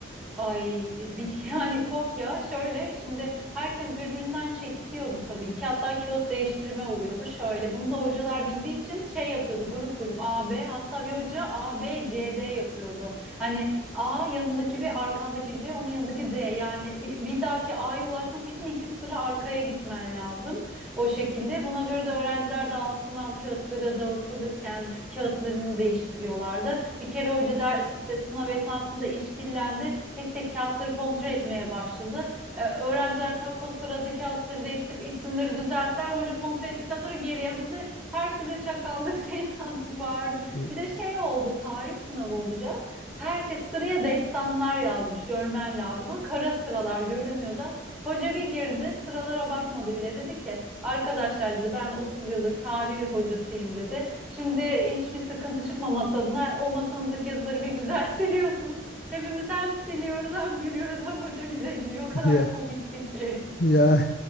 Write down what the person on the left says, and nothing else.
<laughs>
Ya
Ya